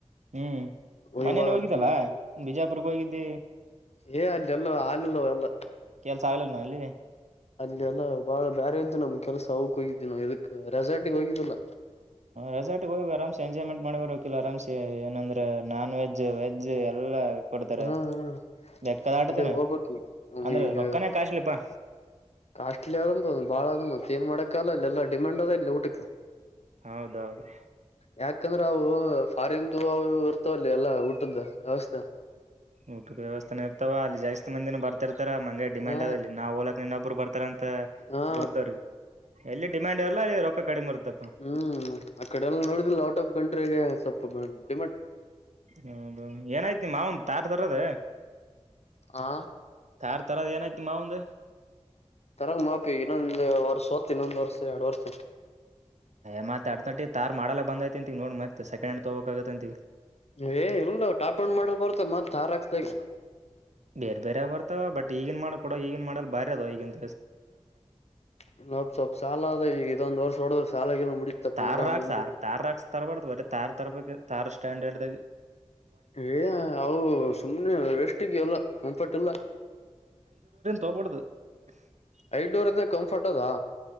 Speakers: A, on the right (about 85°); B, on the left (about 65°).
A: ಹ್ಮ್
B: ಹೋಗಿ
A: ಮನೇನ್
B: ಬರ್ಬೇಕಿ
A: ಹೋಗಿದ್ದಲ್ಲಾ ಬಿಜಾಪುರಕ್ಕೆ ಹೋಗಿದ್ದಿ
B: ಏ ಅಲ್ಲಿ ಎಲ್ಲ ಹಾಲಲ್ಲವ ಎಲ್ಲ
A: ಚಲ ನ ಅಲ್ಲಿ
B: ಅಲ್ಲಿ ಅಲ್ಲ ಬಾಳ ಬ್ಯರೆೆಯ್ದು ನಮ್ ಕೆಲಸ ತೌಕ್ ಹೋಗಿದ್ದೀ ನ ಇದಕ್ ರೆಸಾರ್ಟಿಗೆ ಹೋಗಿದ್ದಿಲ್ಲ
A: ರೆಸಾರ್ಟ್ಗೆ ಹೋಗಿ ಆರಾಮ್ಸೆ ಎಂಜಾಯ್ಮೆಂಟ್ ಮಾಡಿ ಬರಕಿಲ್ಲ ಆರಾಮ್ಸಿ ಏನಂದ್ರೆ ನಾನ್ ವೆಜ್ ವೆಜ್ ಎಲ್ಲಾ ಕೊಡ್ತಾರೆ
B: ಹ್ಮ್ ಹ್ಮ್
A: ಬೆಕ್ಕದ ಆಟತಿನ
B: ಅದೇ ಹೋಗ್ಬೇಕ್ ಈಗ
A: ಅಂದ್ರ
B: ಈಗ
A: ರೊಕ್ಕಾನ ಕಶ್ಲಿಪಾ
B: ಕಾಸ್ಟ್ಲಿ ಅದಂತ ಬಾಳ ಅದ ಮತ್ತ ಏನ್ ಮಾಡಕ ಅಲ್ಲ ಡಿಮಾಂಡ್ ಅದ ಇಲ್ಲ ಊಟ
A: ಹೌದೌದು
B: ಯಾಕಂದ್ರೆ ಅವು ಫಾರಿನ್ದು ಅವು ಇರ್ತಾವಲ್ಲ ಎಲ್ಲಾ ಊಟದ ವ್ಯವಸ್ಥೆ
A: ಊಟ್ರ ವ್ಯವಸ್ಥೆ ಇರ್ತವ ಅಲ್ಲಿ ಜಾಸ್ತಿ ಮಂದಿನ ಬರ್ತ ಇರ್ತರ ಮಂಗಗೆ ಡಿಮ್ಯಾಂಡ್
B: ಹಾ
A: ಅದಲ್ಲಿ ನಾವ್ ಓಲಕ್ ಇನ್ನೊಬ್ಬರು ಬರ್ತಾರ ಅಂತ
B: ಹಾ ಹಾ
A: ಗುರ್ದವ್ರಿ ಎಲ್ಲಿ ಡಿಮ್ಯಾಂಡ್ ಇರ್ಲ್ಲ ಅಲ್ಲಿ ರೊಕ್ಕ ಕಡಿಮೆ ಇರ್ತ್ತಪ್ಪ
B: ಹ್ಮ್ ಆ ಕಡೆ ಎಲ್ಲ ನೋಿದ್ರ ಔಟ್ ಆಫ್ ಕಂಟ್ರಿಗೆ ಸ ಸ್ೊಪ್ಪಪ ಬಿ
A: ಹೌದ ಏನಾಯ್ತಿ ಮಾವನ್ ತಾರ ತರದ
B: ಆ
A: ಕಾರಾರ್ ತರದ ಏನಐ್ತಿ ಮಾವಂದ
B: ತರಂಗ ಮಾಪಿ ಇನ್ನೊಂದು ವರ್ಷ ಹತ್ತು ಇನ್ನೊಂದ್ ವರ್ಷ ಎರಡು ವರ್ಷ
A: ್ತ್ತತ್ ಅಡ್ತ ನಟಿ ತಾರ್ ಮಾಡಲ್ಲ ಬಂದೈಐತಿ ಅಂತಿಗ ನೋಡ್ ಮತ್ತೆ ಸೆಕಂಡ್ ಹಂಡ್ ತಗೋಬೇಕ ಆಗತ್ತ ಅಂತಿಗ
B: ಏ ಇಲ್ದ ಟಾಪಣ್ ಮಾಡಲ್ ಬರ್ತ ಮತ್ತ್ ಹಾರಾಕ್ತಾಗ
A: ಬೇರ್ ಬೇರೆ ಅವ್ ಬರ್ತವ ಬಟ್ ಈಗನ್ ಮಾಡ ಕೊಡ ಈಗನ್ ಮಾಡಲ್ ಬಾರಿ ಅದ ಈಗಿಂತ
B: ಹ್ಮ ನ ಸ್ವಲ್ಪ ಸಾಲ ಅ ಈಗ ಇದೊಂದ್ ವರ್ಷ ಹೊಡದ್ರ ಸಾಲಾಗಿಲ್ಲ <unintelligible>
A: ತಾರ್
B: ಅಂದ್ರ
A: ರಾಕ್ಸ್
B: ಮುಂದೆ
A: <unintelligible> ತಾರ್ ರಾಕ್ಸ್ ತರಬಾರ್ದು ಬ ತಾರ್ ತರಬೇಕು ತಾರ್ ಸ್ಟ್ಯಾಂಡ್ ಹೇಳ್ದಾಗ
B: ಏ ಅವು ಸುಮ್ನೆ ಎಷ್ಟಿಗೆ ಅಲ್ಲ ಕಂಫರ್ಟ್ ಇಲ್ಲ
A: ತೋಪಡದು <unintelligible>
B: ಐದ ಡೋರ್ ಕಂಫರ್ಟ್ ಅದಾ